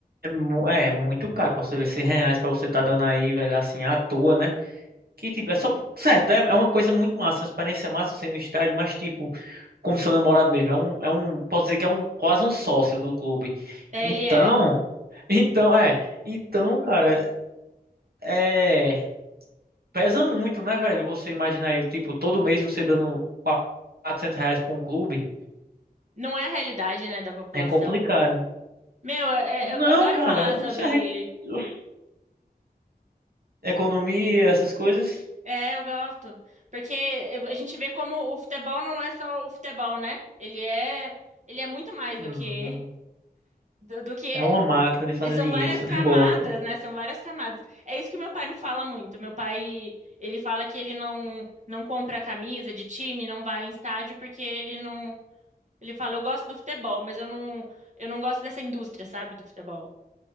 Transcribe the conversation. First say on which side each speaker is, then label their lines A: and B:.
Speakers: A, on the right; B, on the right.
A: mu- é muito caro pra você ver 100 reais pra você tá dando aí, velho, assim, à toa, né? Que tipo, é só. Certo, é, é uma coisa muito massa, uma experiência massa você ir no estádio, mas tipo, como seu namorado mesmo, é um, é um. Posso dizer que é um quase um sócio do clube.
B: É,
A: Então.
B: ele é.
A: Então, é. Então, cara, é. Pesa muito, né, velho? Você imaginar aí, tipo, todo mês você dando 400 reais pra um clube.
B: Não é a realidade, né, da população.
A: É complicado.
B: Meu, é-
A: Não,
B: é, eu adoro
A: cara,
B: falar sobre.
A: se a gente. Uf, Economia, essas coisas.
B: É, eu gosto. Porque a gente vê como o futebol não é só o futebol, né? Ele é, ele é muito mais
A: hum,
B: do que do, do que é-
A: É uma máquina de fazer
B: é- são
A: dinheiro,
B: várias
A: <laughs> futebol.
B: camadas, né? São várias camadas. É isso que meu pai me fala muito. Meu pai, ele fala que ele não não compra camisa de time, não vai em estádio porque ele não, ele fala, eu gosto do futebol, mas eu não eu não gosto dessa indústria, sabe, do futebol.